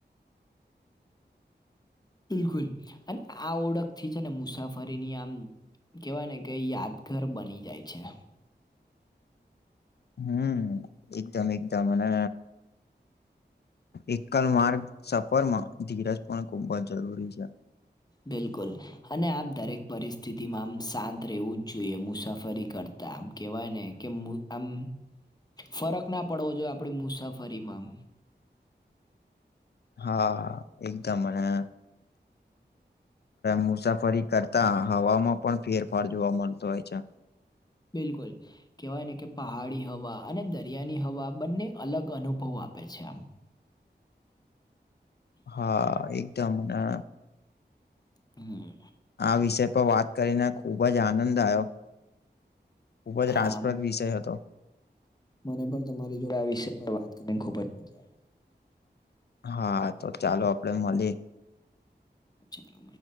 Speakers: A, on the left; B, on the left.
A: બિલકુલ અને આ ઓળખથી છે ને મુસાફરીની આમ કેવાય ને કે યાદગાર બની જાય છે.
B: હમ એકદમ એકદમ અને એકલ માર્ગ સફરમાં ધીરજ પણ ખુબ જ જરૂરી છે.
A: બિલકુલ અને આપ દરેક પરિસ્થિતિમાં આમ શાંત રહેવું જ જોઈએ મુસાફરી કર. ત આમ કેવાય ને. કે આમ ફરક ના પડવો જોઈએ આપણી મુસાફરીમાં
B: હા એકદમ અને. મુસાફરી કરતા હવામાં પણ ફેરફાર જોવા મળતો હોય છે.
A: બિલકુલ. કવાય ને કે પહાડી હવા અને દરિયાની હવા બંને અલગ અનુભવ આપે છે આમ.
B: હા એકદમ અ.
A: હમ
B: આ વિષય પર વાત કરીને ખુબ જ આનંદ આવ્યો. ખુબ જ
A: આ
B: રાસપ્રદ વિષય હતો.
A: મને પણ તમારી જોડે આ વિષય પર વાત કરીને ખુબ જ મજા આવે.
B: હા તો ચાલો આપડે મળી
A: અચ્છી લએ.